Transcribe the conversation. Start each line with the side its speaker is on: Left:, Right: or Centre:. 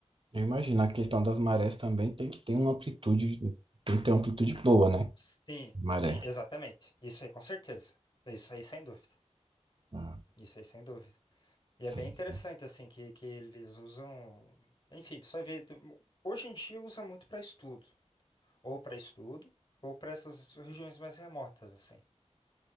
Right: Eu imagino, a questão das marés também tem que ter uma amplitude, tem que ter uma amplitude boa, né?
Left: Sim,
Right: Maré.
Left: sim, exatamente. Isso aí, com certeza. Isso aí, sem dúvida.
Right: Ah,
Left: Isso aí, sem dúvida. E
Right: sim.
Left: é bem interessante, assim, que, que eles usam. Enfim, você vai ver. tu- Hoje em dia usa muito para estudo. Ou para estudo, ou para essas regiões mais remotas, assim.